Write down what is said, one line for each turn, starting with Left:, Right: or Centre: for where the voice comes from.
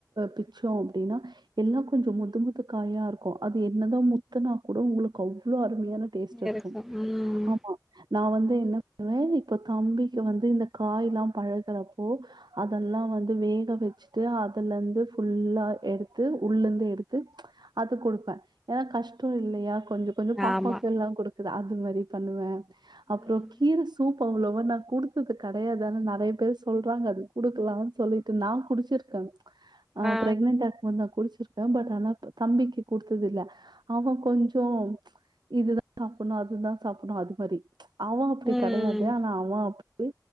Right: பிச்சோ அப்டினா எல்லா கொஞ்ச முத்து முத்து காயாருக்கூ அது என்னதா முத்துனா கூட உங்ளுக்கு அவ்ளோ அருமையான டேஸ்ட் இருக்கும்
Centre: இருக்கு ம்
Right: ஆமா நா வந்து என்ன பண்ணுவ இப்போ தம்பிக்கு வந்து இந்த காய்லா பழகறப்போ அதெல்லா வந்துவே க வச்சுட்டு அதுலந்து ஃபுல்லா எடுத்து உள்ளந்து எடுத்து அது குடுப்ப ஏனா கஷ்டோ இல்லையா கொஞ்ச கொஞ்ச பாப்பாக்கெல்லா
Centre: ஆமா
Right: குடுக்குத அது மாரி பண்ணுவ அப்றோ
Centre: ம்
Right: கீர சூப் போ அவ்ளவா நா குடுத்தது கெடையாது ஆனா நறைய பேர் சொல்றாங்க அது குடுக்கலான் சொல்லிட்டு ட்டு நா குடிச்சிருக்க அ
Centre: ஆ
Right: ப்ரக்னட்டா இருக்கும்போது நா குடிச்சிருக்க பட் ஆனா தம்பிக்கு குடுத்தது இல்ல அவ கொஞ்சோ இதுதா பொண்ணா இருந்துந்தா சாப்டு அதுமாறி அவ அப்டி
Centre: ம்
Right: கெடையாது ஆனா அவ அப்டி இ